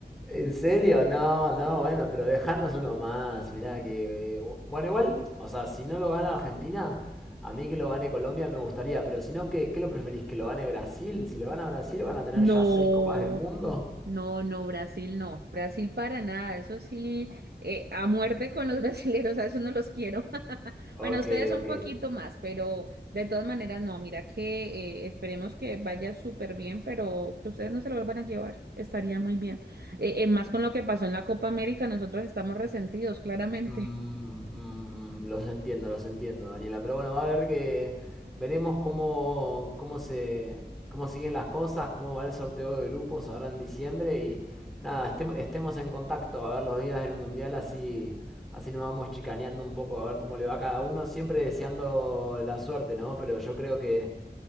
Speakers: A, in the centre; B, on the right.
A: ¿En serio? No, no, bueno, pero dejanos uno más. Mirá que. eh, Bueno, igual, o sea, si no lo gana Argentina, a mí que lo gane Colombia me gustaría, pero si no, ¿qué, qué lo preferís? ¿Que lo gane Brasil? Si lo gana Brasil, van a tener
B: No,
A: ya seis copas del mundo.
B: no, no, Brasil no, Brasil para nada, eso sí, eh, a muerte con los <laughs> brasileros, a eso no los quiero. <laughs>
A: Ok,
B: Bueno, ustedes un
A: ok.
B: poquito más, pero de todas maneras no, mira que eh, esperemos que vaya súper bien, pero que ustedes no se lo vuelvan a llevar, estaría muy bien. Eh, eh, más con lo que pasó en la Copa América, nosotros estamos resentidos, claramente,
A: Mm, mm, mm, los entiendo, los entiendo, Daniela. Pero bueno, va a haber que. Veremos cómo, cómo se, cómo siguen las cosas, cómo va el sorteo de grupos ahora en diciembre. Y nada, estem- estemos en contacto a ver los días del mundial, así, así nos vamos chicaneando un poco, a ver cómo le va a cada uno. Siempre deseando la suerte, ¿no? Pero yo creo que,